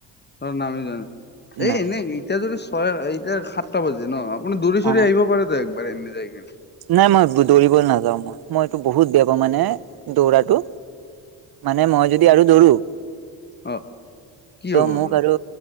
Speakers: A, on the left; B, on the right.
A: ধৰ নামি যোৱা নাই এই
B: নাই।
A: এনেই এতিয়া যদি চয় এতিয়া খাতা বাজি ন আপুনি দৰি চৰি
B: অ
A: আহিব পাৰে ত একবাৰে এনে যাই কিনে।
B: নাই মই ধৰিব নাযাও মই মইটো বহুত বেয়া পাওঁ মানে দৰাটো। মানে মই যদি আৰু দৌৰো।
A: অ কি
B: ত
A: হ'ব আপোনাৰ
B: মোক আৰু